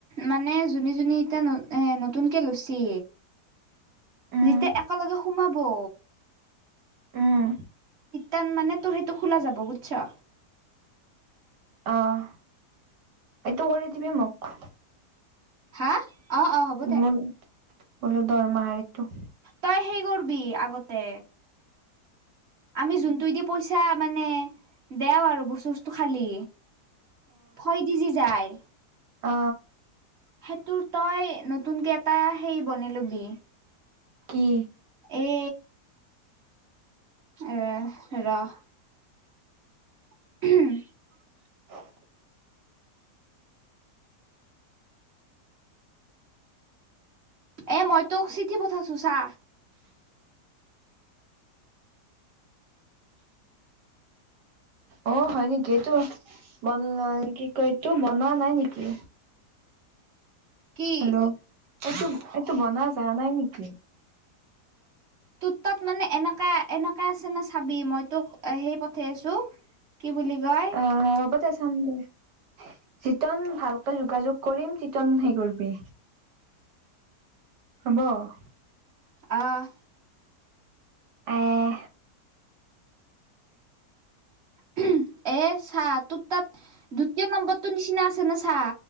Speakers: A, on the right; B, on the right.
A: মানে যোনি যোনি এটা এ নতুনকে লৈচি।
B: উম
A: যেতিয়া একেলগে সোমা হবৌ
B: উম।
A: টান মানে তোৰ সেইটো খোলা যাব বুছ।
B: আহ। এইটো কৰি দিবি মোক?
A: হা অ', অ', হ'ব দে।
B: মোৰ বোলো দৰমাহাৰটো।
A: তই সেই কৰবি আগতে আমি
B: উম
A: যোনটো দি পইচা মানে দেও আৰু বস্তু বস্তু খালী। ভয় দি যি যায়।
B: অ।
A: সেইটোৰ তই নতুনকে এটা হেই বনি লবি।
B: কি
A: এ এ ৰস। <unintelligible>
B: <inaudible>
A: এ মই তোক চিঠি পঠাইছো চা।
B: অ', হয় নেকি এইটো বন কি কয়টো বনোৱা নাই নেকি?
A: কি
B: হেল্ল, এইটো এইটো বনা জানাই নাই নেকি?
A: তোৰত তাত মানে এনেকা এনেকা আছে নে চাবি মই তোক সেই পঠাই আছো কি বুলি কয়
B: অ', হ'ব দে চাম দে। যিতন ভালকতে যোগাযোগ কৰিম তিতন হে কৰিবি। হব?
A: অহ।
B: আহ।
A: এ চাহ তোৰ তাত দ্বিতীয় নম্বৰটোৰ নিচিনা আছে নে চাহ।